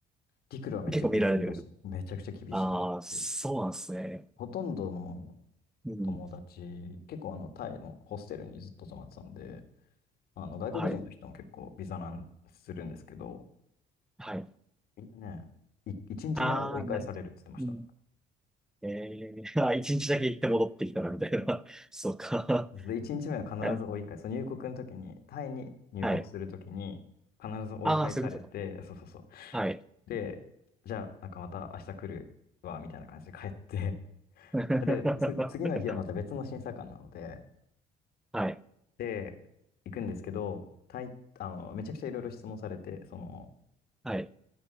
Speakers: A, on the left; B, in the centre.
A: 陸路はめっちゃ厳しいらしい。
B: 結構見られる。
A: めちゃくちゃ厳しいって。
B: ああ、そうなんですね。
A: ほとんどの
B: うん。
A: 友達、結構あのタイのホステルにずっと泊まってたんで、あの外国人の人も結構ビザ難するんですけど、
B: はい。はい。
A: みんなね、い1日目は追い返されるって言ってました。
B: ああ、なるほどうん。ええー、<laughs> あ、一日だけ行って戻ってきたらみたいな。<laughs> そうか。
A: で、1日目は必ず追い返す。
B: <laughs> や
A: そう入国の時に、タイに入国する時に必ず追い返されて、
B: はい。ああ、そういうことか。
A: そうそうそう。
B: はい。
A: で、じゃあなんかまた明日来るわ、みたいな感じで帰って、
B: <laughs>
A: で、つ次の日はまた別の審査官なので、
B: はい。
A: で、行くんですけど、タイ、あの、めちゃくちゃいろいろ質問されて、その、
B: はい。